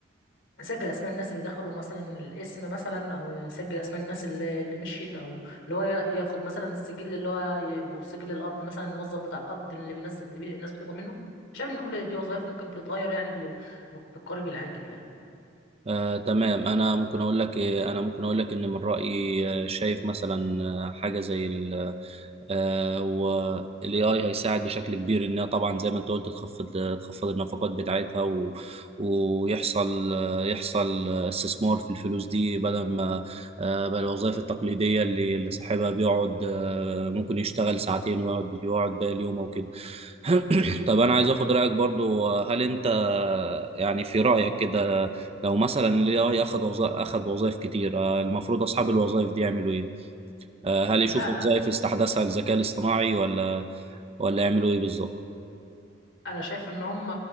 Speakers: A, on the left; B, on the right.
A: يسجل اسماء الناس اللي دخلوا مثلا الاسم مثلا او يسجل اسماء الناس اللي, اللي مشيت او اللي هو ي- ياخد مثلا السجل اللي هو ي- وسجل القبض مثلا الموظف بتاع القبض اللي بينزل اللي بي- الناس بتقبض منه شايف ان كل دي وظائف ممكن تتغير يعني ب- بالقريب العاجل يعني
B: آه، تمام انا ممكن اقول لك إيه، انا ممكن اقول لك ان من رايي آه، شايف مثلا آه، حاجه زي ال آه، والاي اي هيساعد بشكل كبير انها طبعا زي ما انت قلت تخفض تخفض النفقات بتاعتها و... ويحصل آه، يحصل آه، استثمار في الفلوس دي بدل ما آه، بقى الوظائف التقليديه اللي اللي صاحبها بيقعد آه، ممكن يشتغل ساعتين ويقعد يقعد باقي اليوم او كده <clears throat> طب انا عايز اخد رايك برضو آه، هل انت آه، يعني في رايك كده لو مثلا الاي اي اخذ وظائف اخذ وظائف كتير آه، المفروض اصحاب الوظائف دي يعملوا ايه آه، هل
A: لا
B: يشوفوا وظائف يستحدثها الذكاء الاصطناعي ولا ولا يعملوا ايه بالظبط؟
A: انا شايف ان هم